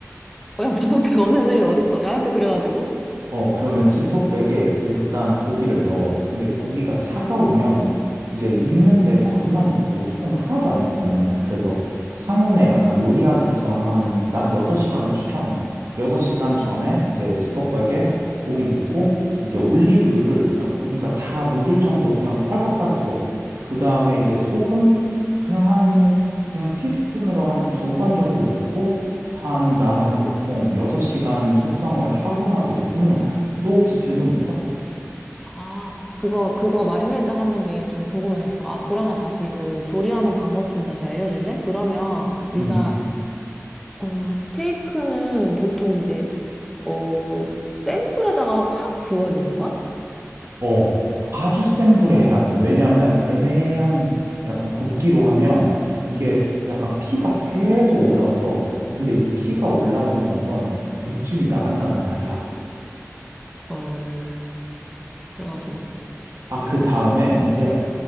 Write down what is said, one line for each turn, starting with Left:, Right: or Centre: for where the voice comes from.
Centre: 어, 야, 비법이 없는 집이 어딨어. 야한테 그래가지고.
Right: 어, 그러면 지퍼백에 일단 고기를 넣어. 근데 고기가 차가우면 이제 익는데 겉만 익고 속은 하나도 안 익는단 말이야. 그래서 상온에 약간 요리하기 전 한, 난 6시간을 추천해. 6시간 전에 이제 지퍼백에 고기 넣고 이제 올리브유를 그냥 고기가 다 묻을 정도로 그냥 콸콸콸 부어. 그 다음에 이제 소금 그냥 한, 그냥 티스푼으로 한 두 번 정도 넣고 한 나는 보통 6시간 숙성을 하고 나서 이제 굽는 거야. 또 혹시 질문 있어?
Centre: 아, 그거, 그거 마리네이드 하는 게 좀 궁금했었어. 아, 그러면 다시 그 조리하는 방법 좀 다시 알려줄래? 그러면 네가
Right: 음.
Centre: 어, 스테이크는 보통 이제, 어, 센 불에다가 확 구워야 되는 거야?
Right: 어. 아주 센 불에 해야 돼. 왜냐면 애매한 약간 굽기로 하면 이게 약간 피가 계속 올라와서 근데 이 피가 올라온다는 건 육즙이 나간다는 말이야.
Centre: 헐. 그래가지고.
Right: 아, 그 다음에 이제